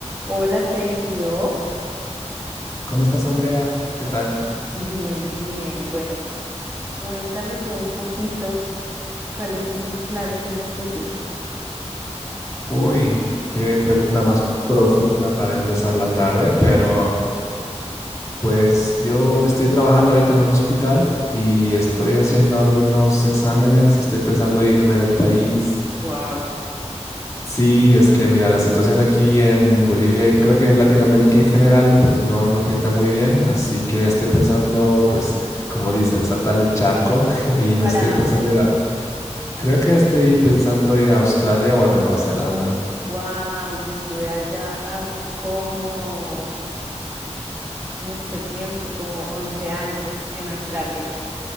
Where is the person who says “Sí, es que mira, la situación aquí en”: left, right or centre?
Left